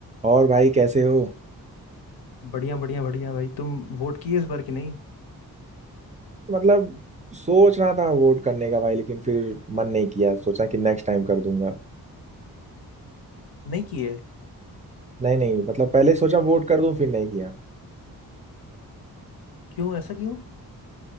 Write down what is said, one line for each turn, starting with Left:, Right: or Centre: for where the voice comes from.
Right: और भाई कैसे हो
Left: बढ़िया बढ़िया बढ़िया भाई तुम वोट किए इस बार की नहीं
Right: मतलब सोच रहा था वोट करने का भाई लेकिन फिर मन नहीं किया सोचा कि नेक्स्ट टाइम कर दूंगा
Left: नहीं किए
Right: नहीं नहीं मतलब पहले सोचा वोट कर दूं फिर नहीं किया
Left: क्यों ऐसा क्यों